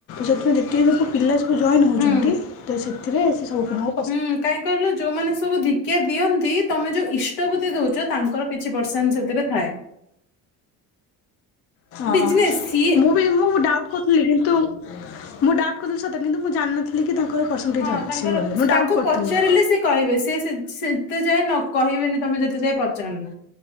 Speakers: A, on the left (about 40°); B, on the left (about 80°).
A: ଯେତେ ଯେତିକି ସବୁ ପିଲା ସବୁ ଜଏନ୍ ହଉଛନ୍ତି
B: ହୁଁ।
A: ତ ସେଥିରେ ସେ ସବୁ ଦ୍ଭା।
B: ହୁଁ କାହିଁକି କହିଲ ଯୋଉମାନେ ସବୁ ଦି। କ୍ୟା ଦିଅନ୍ତି ତମେ ଯୋଉ ଇଷ୍ଟବତି ଦଉଚ ତାଙ୍କର କିଛି ପରସେଣ୍ଟ ସେଥିରେ ଥାଏ।
A: ହଁ
B: ବିଜନେସ୍ ସିଏ
A: ମୁଁ ବି ମୁଁ ବି ଡାଉଟ୍ କରୁଥିଲି କିନ୍ତୁ ମୁଁ ଡାଉଟ୍ କରୁଥିଲି ସତ କିନ୍ତୁ ମୁଁ ଜାଣିନ। କି ତାଙ୍କର ପର୍ସେଣ୍ଟେଜ୍
B: ହଁ
A: ଅଛି
B: ତାଙ୍କର
A: ବୋଲି ମୁଁ
B: ତାଙ୍କୁ
A: ଡାଉଟ୍ କରଥିଲି।
B: ପଚାରିଲେ ସେ କହିବେ ସିଏ ସେ ସେତେ ଯାଏ ନ କହିବେନି ତମେ ଯେତେ ଯାଏ ପଚାରିନ।